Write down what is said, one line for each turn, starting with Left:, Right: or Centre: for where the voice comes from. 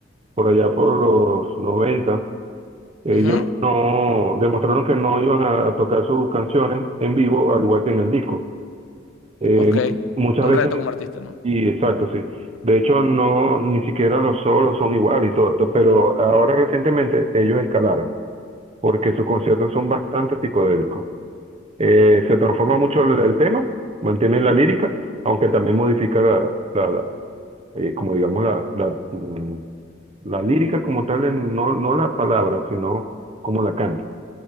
Right: por allá por los 90, ellos
Left: Ujú,
Right: no demostraron que no iban a tocar sus canciones en vivo, al igual que en el disco. Eh,
Left: ok.
Right: muchas
Left: Un
Right: veces
Left: reto como artista, ¿no?
Right: Y exacto, sí. De hecho, no, ni siquiera los solos son iguales y todo esto, pero ahora recientemente ellos escalaron, porque sus conciertos son bastante psicodélicos. Eh, se transforma mucho el, el tema, mantienen la lírica, aunque también modifica la, la, la, eh, como digamos, la, la, mm, la lírica como tal, en- no, no la palabra, sino como la canta.